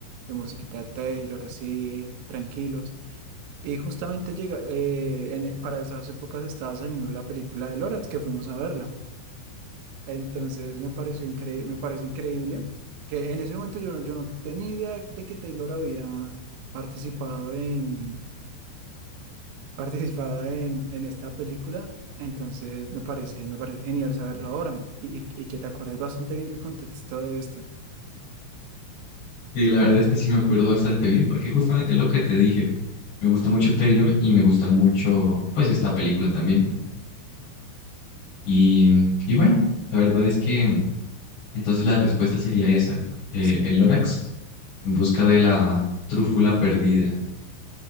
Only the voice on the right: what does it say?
de musiquita de Taylor, así, tranquilos. Y justamente llega, eh, en e- para esas épocas estaba saliendo la película de Lorax, que fuimos a verla. Entonces me pareció incre- me parece increíble que en ese momento yo no, yo no tenía idea de que Taylor había participado en, <laughs> participado en, en esta película. Entonces me parece, me parece genial saberlo ahora y, y- y que te acuerdes bastante bien del contexto de esta.
Sí,